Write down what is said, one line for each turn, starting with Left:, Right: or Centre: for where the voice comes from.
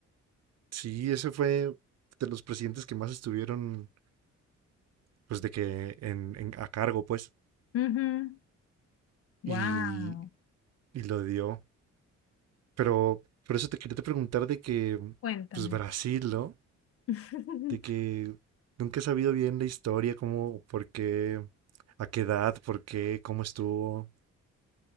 Right: sí, ese fue de los presidentes que más estuvieron, pues de que en, en- a cargo, pues,
Left: Ujú. Wow,
Right: y, y lo dio. Pero por eso te quería te preguntar de que,
Left: cuéntame.
Right: pues Brasil, ¿no?
Left: <laughs>
Right: De que nunca he sabido bien la historia, cómo, por qué, a qué edad, por qué, cómo estuvo,